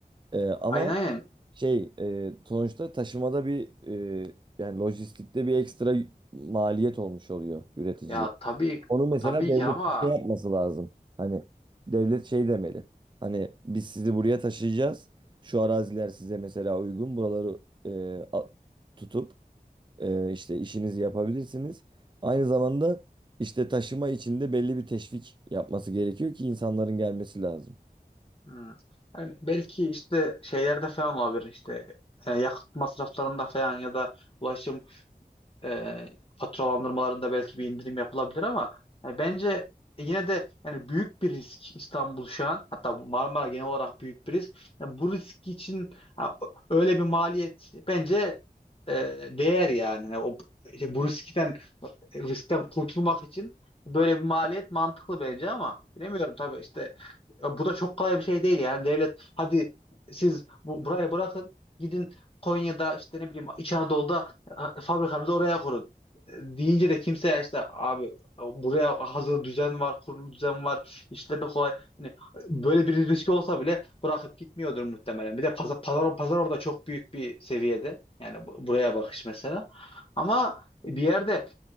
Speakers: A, on the right; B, on the left.
A: Ee, ama
B: Aynen aynen.
A: şey e, sonuçta taşımada bir e, yani lojistikte bir ekstra maliyet olmuş oluyor üreticiye.
B: Ya tabii
A: Onu mesela
B: tabii
A: devlet
B: ki ama
A: şey yapması lazım. Hani devlet şey demeli. Hani biz sizi buraya taşıyacağız. Şu araziler size mesela uygun. Buraları e, a- tutup Ee, işte işinizi yapabilirsiniz. Aynı zamanda işte taşıma içinde belli bir teşvik yapması gerekiyor ki insanların gelmesi lazım.
B: Hmm. Yani belki işte şeylerde falan olabilir işte e, yakıt masraflarında falan ya da ulaşım e, faturalandırmalarında belki bir indirim yapılabilir ama yani bence yine de yani büyük bir risk İstanbul şu an hatta bu Marmara genel olarak büyük bir risk. Yani bu risk için ha, öyle bir maliyet bence e, değer yani. Yani o, işte bu riskten riskten kurtulmak için böyle bir maliyet mantıklı bence ama bilemiyorum tabii işte e, bu da çok kolay bir şey değil yani devlet hadi siz bu, buraya bırakın gidin Konya'da işte ne bileyim İç Anadolu'da Ha, fabrikanızı oraya kurun. E, Deyince de kimse işte abi buraya hazır düzen var, kurulu düzen var, işleri kolay. Hani böyle bir riski olsa bile bırakıp gitmiyordur muhtemelen. Bir de pazar, pazar, pazar orada çok büyük bir seviyede. Yani bu- buraya bakış mesela. Ama bir yerde